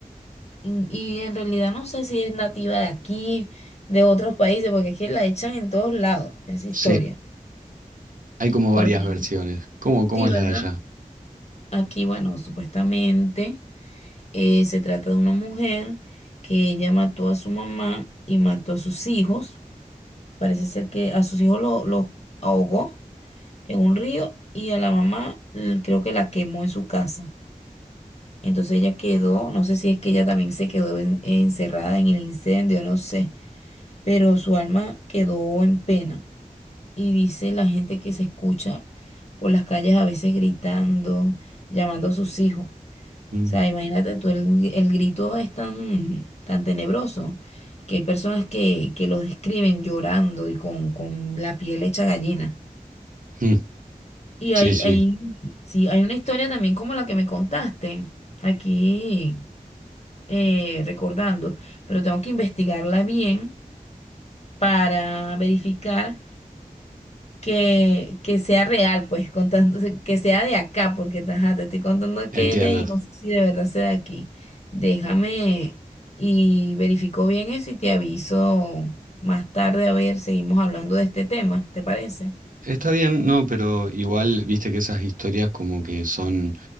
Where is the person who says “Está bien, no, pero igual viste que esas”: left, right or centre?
Right